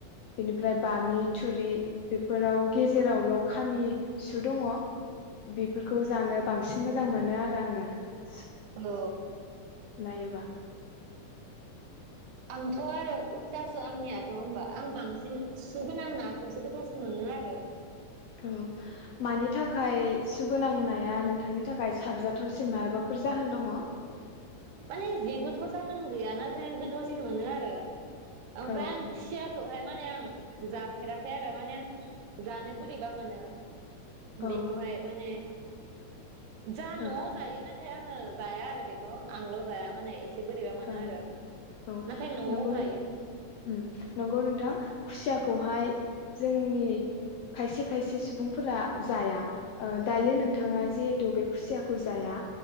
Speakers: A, on the left; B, on the right.
A: बेनिफ्राय बामि थुरि बेफोराव गेजेरावल' खामि सु दङ बेफोरखौ जानो बांसिन मोजां मोनो आरो आङो ।
B: औ औ
A: नायोबा
B: आं थ' आरो उल्थासो आंनियाथ' होनबा आं बांसिन सुगोनां नाखौसो गोथांसिन मोनो आरो
A: औ मानि थाखाय सुगोनांनाया नोंथांनि थाखाय साबजाथावसिन मायबाफोर जाहोन दङ?
B: माने जेबोथ' जाहोन गैया नाथाय आं गोथावसिन मोनो आरो। ओमफ्राय
A: औ
B: आं खुसियाखौहाय मा आं जाफेराखै आरो माने जानो बोरैबा मोनो ।
A: ओं
B: बेखौहाय माने जोहा न'आव
A: ओं
B: जायो नाथाय आं <unintelligible> जाया आरो बेखौ । आंल' जाया माने एसे बोरैबा मोनो
A: ओं
B: आरो
A: औ
B: नाथाय न'आव
A: नोंगौ
B: जायो
A: उम नोंगौ नोंथां। खुसियाखौहाय जोंनि खायसे खायसे सुबुंफोरा जाया ओ दायो नोंथाङा जिहेथु बे खुसियाखौ जाया